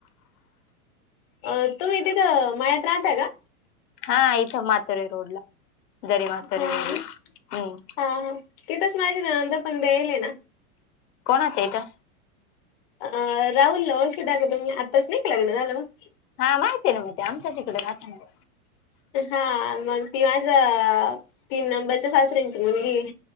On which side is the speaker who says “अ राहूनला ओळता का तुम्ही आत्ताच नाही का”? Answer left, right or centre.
Left